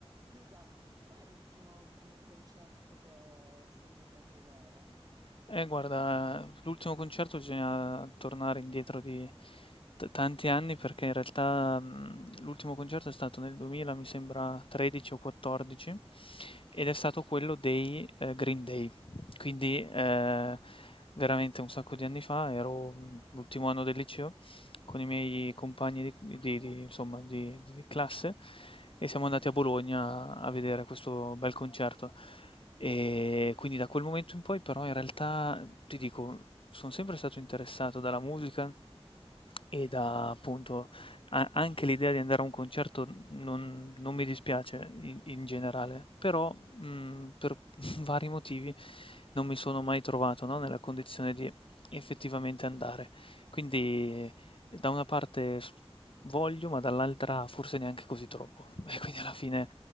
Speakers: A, on the right; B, on the left.
A: Luca, qual è l'ultimo mm, concerto che sei andato a vedere?
B: Eh, guarda,
A: Se-
B: l'ultimo concerto bisogna tornare indietro di t- tanti anni perché in realtà mh, l'ultimo concerto è stato nel 2000, mi sembra 13 o 14, ed è stato quello dei eh, Green Day. Quindi eh, veramente un sacco di anni fa, ero mh, l'ultimo anno del liceo con i miei compagni di, di- di- insomma, di di- di classe e siamo andati a Bologna a vedere questo bel concerto. E quindi da quel momento in poi però in realtà, mhmm, ti dico, sono sempre stato interessato dalla musica e da appunto a- anche l'idea di andare a un concerto non, non mi dispiace in, in generale, però mh, per <laughs> vari motivi non mi sono mai trovato, no, nella condizione di effettivamente andare. Quindi da una parte s- voglio, ma dall'altra forse neanche così troppo. <laughs> E quindi alla fine